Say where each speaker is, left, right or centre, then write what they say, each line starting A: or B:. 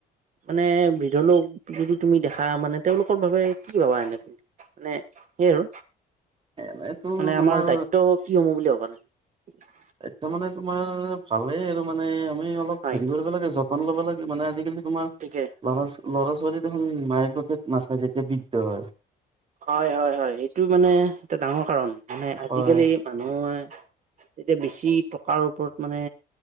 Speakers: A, on the right (about 50°); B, on the right (about 30°).
A: মানে বৃধ লোক যদি তুমি দেখা মানে তেওঁলোকৰ বাবে কি কি ভাবা এনে তুমি মানে এৰ
B: এনেতো
A: মানে
B: তোমাৰ
A: আমাৰ দায়িত্ব কি হ বুলি ভবা নাগ
B: এয়া মানে তোমাৰ ভালেই আৰু মানে আমি অলপ
A: হয়
B: হেৰি কৰিব লাগে য ন ল'ব লাগে মানে আজিকালি তোমাৰ
A: গতিকে
B: ল'ৰা দেখুন <inaudible>
A: হয় হয় হয় এইটো মানে এটা ডাঙৰ কাৰণ মানে আজিকালি
B: হয়
A: মানুহে তেতিয়া বেছি টকাৰ ওপৰত মানে